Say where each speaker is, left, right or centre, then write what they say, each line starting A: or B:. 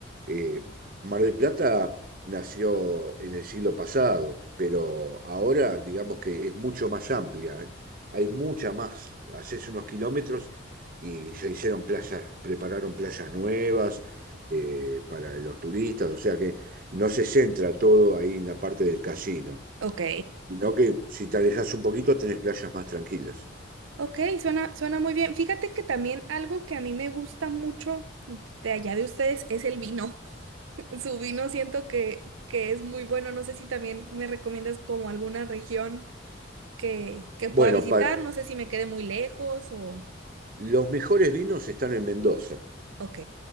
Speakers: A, on the right; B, on the right.
A: eh, Mar del Plata nació en el siglo pasado, pero ahora digamos que es mucho más amplia. ¿eh? Hay mucha más. Haces unos kilómetros y se hicieron playas, prepararon playas nuevas eh, para los turistas, o sea que no se centra todo ahí en la parte del casino,
B: ok,
A: sino que si te alejas un poquito tenés playas más tranquilas.
B: ok, suena, suena muy bien. Fíjate que también algo que a mí me gusta mucho de allá de ustedes es el vino. <laughs> Su vino siento que, que es muy bueno. No sé si también me recomiendas como alguna región que, que pueda
A: Bueno,
B: visitar.
A: para,
B: No sé si me quede muy lejos o...
A: los mejores vinos están en Mendoza.
B: Ok.